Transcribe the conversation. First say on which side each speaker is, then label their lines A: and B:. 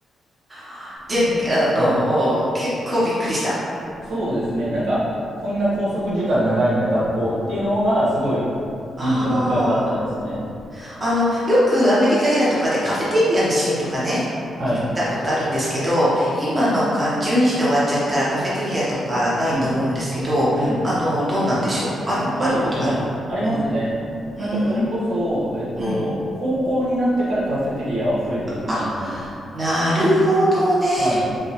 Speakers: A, on the right; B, on the right.
A: <laughs> で、
B: なんで、
A: あの、
B: うん。
A: 結構びっくりした。
B: そうですね。なんか、こんな拘束時間長いんだ、学校っていうのがすごい印象深かったですね。
A: ああ、あの、よくアメリカ映画とかでカフェテリアのシーンとかね、
B: はい。
A: 見たことあるんですけど、今の間、12時で終わっちゃったらカフェテリアとかないと思うんですけど、
B: うん。うん。
A: あの、どうなんでしょう。ある、あることはあるのうん。
B: そうですね。ありますね。
A: うーん、
B: なんかそれこそ、えっと、
A: うん。
B: 高校になってからカフェテリアは増えてきますね。
A: あ、なるほどね。
B: はい。